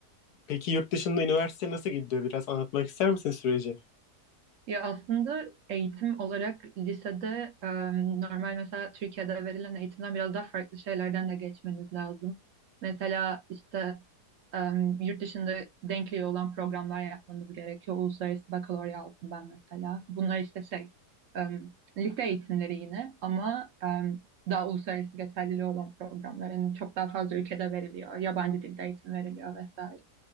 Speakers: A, on the left (about 70°); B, on the right (about 60°).
A: Peki yurt dışında üniversite nasıl gidiyor? Biraz anlatmak ister misin süreci?
B: Ya aslında eğitim olarak lisede e, normal mesela Türkiye'de verilen eğitimden biraz daha farklı şeylerden de geçmeniz lazım. Mesela işte e, yurt dışında denkliği olan programlar yapmanız gerekiyor. Uluslararası bakalorya aldım ben mesela. Bunlar işte şey e, lise eğitimleri yine ama e, daha uluslararası geçerliliği olan programlar. Yani çok daha fazla ülkede veriliyor. Yabancı dilde eğitim veriliyor vesaire.